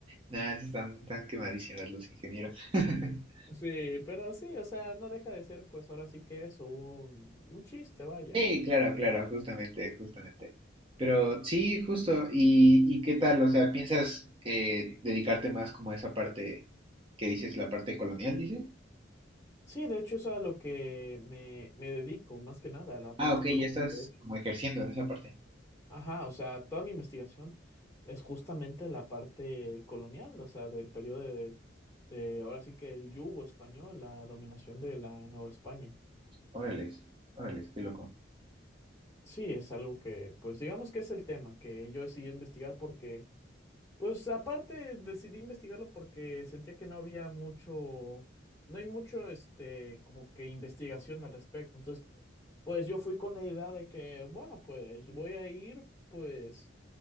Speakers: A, on the right (about 30°); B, on the left (about 15°).
A: Nada, sí están, están quemadísimos los ingenieros. <laughs>
B: Sí, pero sí, o sea, no deja de ser, pues ahora sí que eso, un, un chiste, vaya.
A: Sí, claro, claro, justamente, justamente. Pero sí, justo. ¿Y, y qué tal? O sea, ¿piensas eh, dedicarte más como a esa parte que dices, la parte colonial, dices?
B: Sí, de hecho es a lo que me, me dedico, más que nada, a la
A: Ah,
B: parte
A: ok,
B: colonial,
A: ya estás
B: de hecho.
A: como ejerciendo en esa parte.
B: Ajá, o sea, toda mi investigación es justamente la parte colonial, o sea, del periodo de, de ahora sí que el yugo español, la dominación de la Nueva España.
A: Órales, órales, qué loco.
B: Sí, es algo que, pues digamos que es el tema que yo decidí investigar porque, pues aparte decidí investigarlo porque sentía que no había mucho, no hay mucho, este, como que investigación al respecto. Entonces, pues yo fui con la idea de que, bueno, pues voy a ir, pues